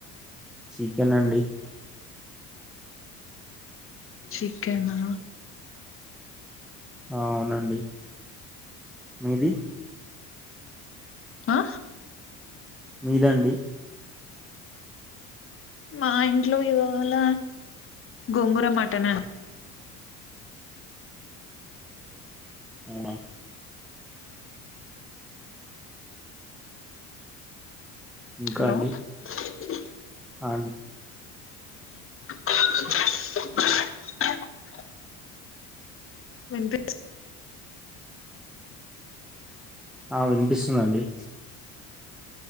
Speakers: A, in the centre; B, on the left (about 30°).
A: చికెన్ అండి
B: చికెనా
A: ఆ అవునండి మీది
B: ఆ
A: మీదండి
B: మా ఇంట్లో ఇవాళ గోంగూర మటన్ అండి
A: <inaudible> అవునా ఇంకా
B: హలో
A: అండి
B: <inaudible>
A: అ
B: <inaudible> వినిపి
A: ఆ వినిపిస్తుందండి